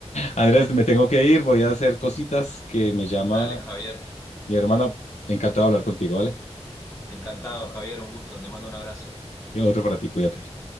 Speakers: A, on the left; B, on the left.
A: Andrés, me tengo que ir, voy a hacer cositas que me llama
B: Dale, Javier.
A: mi hermana. Encantado de hablar contigo, ¿vale?
B: Encantado, Javier. Un gusto. Te mando un abrazo.
A: Y otro para ti, cuídate.